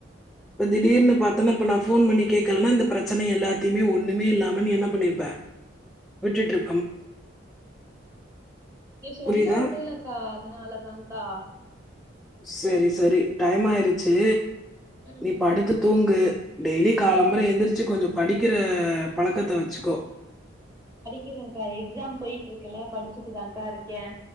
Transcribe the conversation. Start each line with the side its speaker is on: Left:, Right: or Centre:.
Centre: இப்ப திடீர்னு பாத்தனா இப்ப நா ஃபோன் பண்ணி கேக்கலன்னா இந்த பிரச்சன எல்லாத்தயுமே ஒன்னுமே இல்லாம நீ என்ன பண்ணியிருப்ப விட்டுட்ரு
Right: இங்க சொல்ல
Centre: புரியுதா
Right: உடலக்கா அதனால தான்கா
Centre: செரி சரி டைம் ஆயிடுச்சு
Right: ம்
Centre: நீ படுத்து தூங்கு டெய்லி காலம்பர
Right: ம்
Centre: எந்திரிச்சு கொஞ்சோ படிக்கிற பழக்கத்த வச்சுக்கோ
Right: படிக்கிறன்கா எக்ஸாம் போயிட்டு இருக்குல்ல படிச்சிட்டுதான்கா இருக்கே